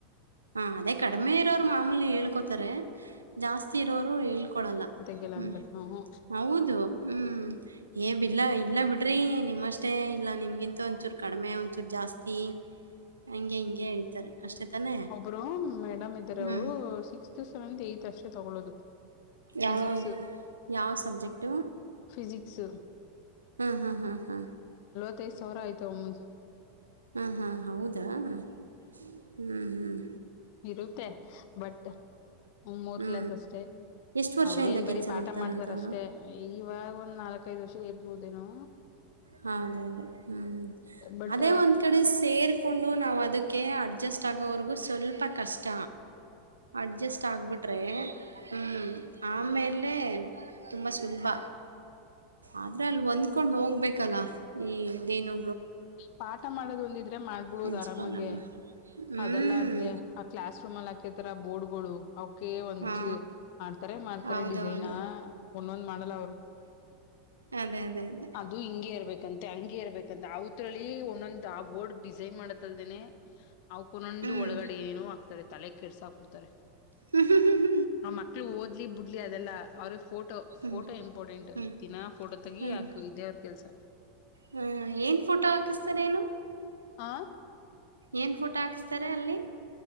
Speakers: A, on the right; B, on the left.
A: ಹಾ ಅದೇ ಕಡಿಮೆ ಇರೋರು ಮಾಮೂಲಿ ಹೇಳ್ಕೋತಾರೆ ಜಾಸ್ತಿ ಇರೋರು ಹೇಳ್ಕೊಳಲ್ಲ
B: ಲ್ಲ
A: ಹ್ಮ್.
B: ಅಂತರೆ ಹ್ಮ ಹೂ
A: ಹೌದು ಹ್ಮ್ ಏ ಬಿಲ್ಲ ಇಲ್ಲ ಬಿಡ್ರಿ ನಿಮ್ಮಷ್ಟೇ ಇಲ್ಲ ನಿಮ್ಗಿಂತೂ ಒಂಚೂರು ಕಡಿಮೆ ಒಂಚೂರು ಜಾಸ್ತಿ ಹಂಗೆ ಹಿಂಗೆ ಹೇಳ್ತಾರೆ ಅಷ್ಟೇ ತಾನೇ?
B: ಒಬ್ರು ಮೇಡಮ್ ಇದ್ದಾರೆ
A: ಹ್ಮ್.
B: ಅವರು ಸಿಕ್ಸ್ತ್ ಸೆವೆಂತ್ ಇಗ್ಟ್ ಅತ್ಯಶ್ಯೆ ತೊಗೊಳ್ಳದು
A: ಯಾವ
B: ಫಿಿಸಿಿಕ್ಸ್
A: ಯಾವ ಸಬ್ಜೆಕ್ಟು
B: ಫಿಿಸಿಿಕ್ಸ್
A: ಹ್ಮ್ ಹ್ಮ ಹ್ಮ ಹ್ಮ
B: ಹತ್ತೈದು ಸಾವಿರ ಆಯ್ತು ಒಮ್ಮ್
A: ಹ್ಮ್ ಹ್ಮ್ ಹೌದಾ ಹ್ಮ್ ಹ್ಮ್
B: ಇರುತ್ತೆ ಬಟ್ ಮೂರ್
A: ಹ್ಞೂ
B: ಕ್ಲಾಸ್ ಅಷ್ಟೇ
A: ಎಷ್ಟು ವರ್ಷದಿಂದ
B: ಅವ್ರೇನ್ ಬರೀ
A: ಕೆಲಸ
B: ಪಾಠ
A: ಮಾಡ್ತಾರಂತೆ
B: ಮಾಡ್ತಾರಷ್ಟೇ
A: ಅವರು
B: ಇವಾಗ ಒಂದ್ ನಾಲ್ಕ ಐದು ವರ್ಷ ಇರ್ಬೋದೇನುೋ
A: ಹ ಅದೇ ಅದೇ ಹ್ಮ್
B: ಬಟ್
A: ಅದೇ ಒಂದ್ ಕಡೆ ಸೇರ್ಕೊಂಡು ನಾವು ಅದಕ್ಕೆ ಅಡ್ಜಸ್ಟ್ ಆಗೋವರೆಗೂ ಸ್ವಲ್ಪ ಕಷ್ಟ ಅಡ್ಜಸ್ಟ್ ಆಗ್ಬಿಟ್ರೆ ಹ್ಮ್ ಆಮೇಲೆ ತುಂಬ ಸುಲಭ ಆದ್ರೆ ಅಲ್ಲಿ ಒಂದ್ಕೊಂಡ ಹೋಗ್ಬೇಕಲ್ಲ ಈ ಇದೇನು
B: ಪಾಠ ಮಾಡೋದ ಒಂದಿದ್ರೆ ಮಾಡ್ಬಿಡೋದು
A: ಪ್ರಿನ್ಸಿಪಾಲ್ಗಳು
B: ಆರಾಮಾಗೆ
A: ಹ್ಮ್
B: ಅದೆಲ್ಲ ಅದನೇ ಆ ಕ್ಲಾಸ್ ರೂಮ್ಲ್ ಹಾಕಿತಾರ ಆ ಬೋರ್ಡ್ಗಳು ಅವೂಕೆ ಒಂದ
A: ಹಾ
B: ಚಿ ಮಾಡ್ತಾರೆ ಮಾಡ್ತಾರೆ
A: ಹೌದೌದು
B: ಡಿಸೈನ್ ಒಂದೊಂದ್ ಮಾಡಲ್ಲ ಅವರು
A: ಅದೇ ಅದೇ ಅದೇ
B: ಅದು ಹಿಂಗೆ ಇರ್ಬೇಕಂತೆ ಹಂಗೆ ಇರ್ಬೇಕಂತ ಅವತ್ರರಲ್ಲಿ ಒಂದೊಂದು ಆ ಬೋರ್ಡ್ ಡಿಸೈನ್ ಮಾಡದ ಅಲ್ಲದೆನೆ ಅವಕೊಂದೋಂದ
A: ಹ್ಮ್
B: ಒಳಗಡೆ ಏನು ಆಗ್ತದೆ ತಲೆ ಕೆಡ್ಸಾಕ್ ಬೀಡ್ತಾರೆ
A: ಹ್ಮ್ ಹ್ಮ್ ಹ್ಮ
B: ಆ ಮಕ್ಳು ಓದ್ಲಿ ಬಿಡ್ಲಿ ಅದೆಲ್ಲ ಅವ್ರಿಗೆ ಫೋಟೋ ಫೋಟೋ
A: ಹ್ಮ್
B: ಇಂಪಾರ್ಟೆಂಟ್
A: ಹ್ಮ್
B: ದಿನಾ ಫೋಟೋ ತಗಿ
A: ಹ್ಮ್
B: ಆಕು ಇದೇ ಅವರ ಕೆಲಸ
A: ಹ್ಮ್ ಏನು ಫೋಟೋ ಹಾಕಿಸ್ತಾರೇನು
B: ಹಾ
A: ಏನ್ ಫೋಟೋ ಹಾಕಸ್ತಾರೆ ಅಲ್ಲಿ